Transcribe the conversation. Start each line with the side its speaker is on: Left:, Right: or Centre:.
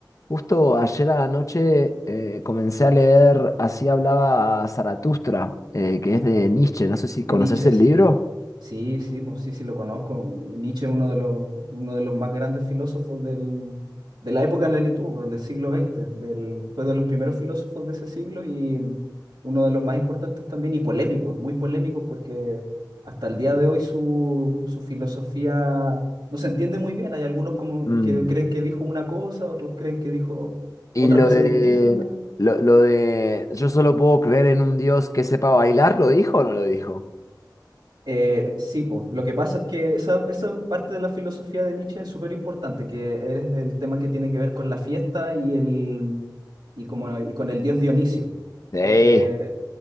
Left: justo ayer a la noche eh, comencé a leer Así hablaba Zaratustra, eh, que es de Nietzsche. No sé si
Right: De
Left: conoces
Right: Nietzsche,
Left: el
Right: sí.
Left: libro.
Right: Sí, sí, pues sí, sí lo conozco. Nietzsche es uno de los, uno de los más grandes filósofos del, de la época en la que estuvo, pues, del siglo XX. Del, fue de los primeros filósofos de ese siglo y mm, uno de los más importantes también y polémicos, muy polémicos porque hasta el día de hoy su, su filosofía no se entiende muy bien. Hay algunos como
Left: Mm.
Right: que creen que dijo una cosa, otros creen que dijo
Left: Y
Right: otra
Left: lo
Right: cosa
Left: de,
Right: distinta.
Left: lo, lo de yo solo puedo creer en un Dios que sepa bailar, ¿lo dijo o no lo dijo?
Right: Eh, sí, pues, lo que pasa es que esa, esa parte de la filosofía de Nietzsche es súper importante, que es el tema que tiene que ver con la fiesta y, el, y, como, y con el dios Dionisio,
Left: Sí.
Right: porque